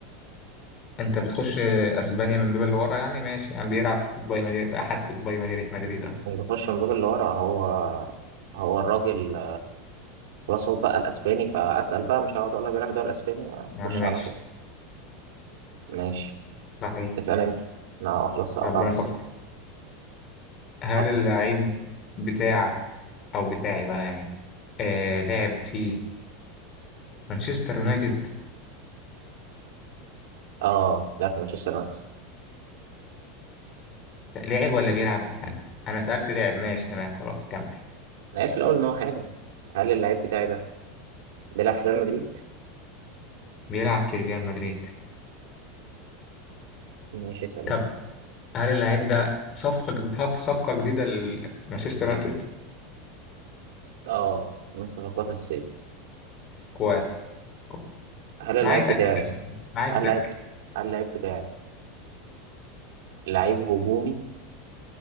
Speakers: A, on the left; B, on the right.
A: أنت بتخش أسبانيا من باب اللي ورا يعني ماشي يعني بيلعب في قطبي مدينة في أحد قطبي مدينة مدريد أه
B: اللي بخش من الباب اللي ورا هو هو الراجل خلاص هو بقى الاسباني فاسال بقى مش هقعد اقول لك بيعرف يدرس اسباني
A: يا عم
B: اخش
A: ماشي
B: على طول ماشي
A: صحيح
B: اسال انت انا خلاص قطعت
A: ربنا ستر هل
B: حط
A: اللعيب بتاعك أو بتاعي بقى يعني آه لعب في مانشستر يونايتد؟
B: اه لا في مانشستر يونايتد
A: لعب ولا بيلعب انا سألته لعب ماشي تمام خلاص كمل
B: انا عارف الاول ان هو حالي هل اللعيب بتاعي ده بيلعب في ريال مدريد
A: بيلعب في ريال مدريد
B: ماشي اسال
A: طب
B: انت
A: هل اللاعب ده صفقة جد- صف- صفقة جديدة لمانشستر يونايتد
B: اه من صفقات الصيف
A: كويس كويس
B: هل اللعيب
A: معايا تك
B: بتاعي
A: بس. معايا تك
B: هل اللعيب هل اللعيب بتاعي لعيب هجومي